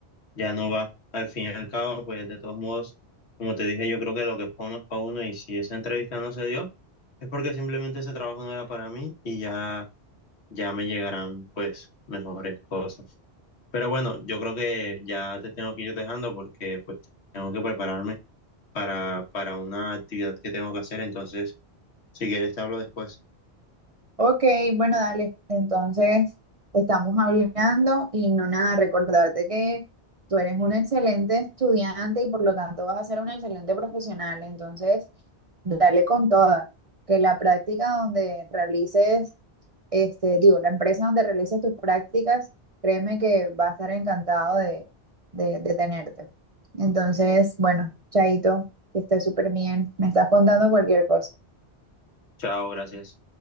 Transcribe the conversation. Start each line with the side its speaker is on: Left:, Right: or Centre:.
Left: ya no va. Al fin y al cabo, pues de todos modos, como te dije, yo creo que lo que es para uno es para uno y si esa entrevista no se dio, es porque simplemente ese trabajo no era para mí y ya, ya me llegarán pues mejores cosas. Pero bueno, yo creo que ya te tengo que ir dejando porque pues tengo que prepararme para, para una actividad que tengo que hacer, entonces si quieres te hablo después.
Right: Ok, bueno, dale. Entonces, estamos hablando y no nada, recordarte que tú eres un excelente estudiante y por lo tanto vas a ser un excelente profesional. Entonces, dale con toda. Que la práctica donde realices, este, digo, la empresa donde realices tus prácticas, créeme que va a estar encantado de, de, de tenerte. Entonces, bueno, Chaito, que estés súper bien. Me estás contando cualquier cosa.
Left: Chao, gracias.